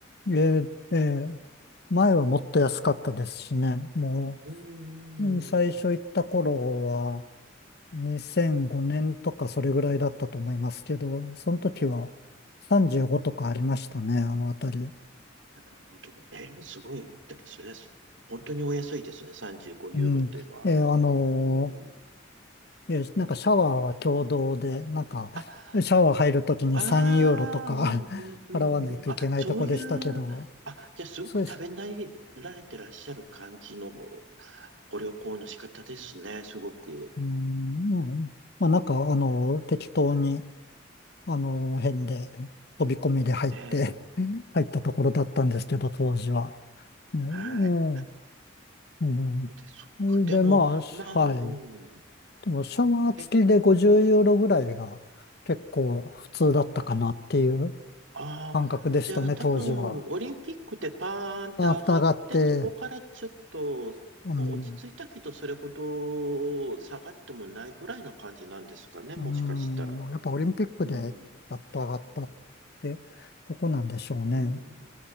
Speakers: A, on the left (about 50°); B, on the right (about 70°).
A: えーえー前はもっと安かったですしね。も
B: うーん。
A: う、うん最初行った頃は2005年とかそれぐらいだったと思いますけど、その時は35とかありましたね、あの辺り。
B: なるほど。えーすごい。でも、それは、本当にお安いですね。35ユーロっていうのは。
A: うん。えーあのー
B: うん。
A: え、なんかシャワーは共同で、なんか、
B: あ、
A: シャワー入るときに3ユーロとか
B: ああ、うんうんうんうん。
A: <laughs> 払わないといけないとこでしたけど、
B: あ、そういう、あ、じゃあ、すごく食べ慣られてらっしゃる感じのご
A: そうです。
B: 旅行の仕方ですね。すごく。
A: うーん、うんまあなんか、あの、適当に、あの、辺で、飛び込みで入って
B: ええ、
A: <laughs> 入ったところだったんですけど、当時は。ね
B: はい。
A: ええうん、
B: そうですか。
A: うんで、
B: でも、
A: まあ、
B: まあ、
A: はい。
B: うん。
A: でも、シャワー付きで50ユーロぐらいが結構普通だったかなっていう
B: え、ああ、
A: 感覚でしたね、
B: じゃあ多分、
A: 当時は。
B: オリンピックでパーンって上がって、
A: あフがあって、
B: そこからちょっと、
A: うん、
B: まあ落ち着いたけど、それほど下がってもないぐらいな感じなんですかね、
A: う
B: もしかしたら。
A: ん、やっぱオリンピックでアッと上がったってとこなんでしょうね。
B: うん、うん、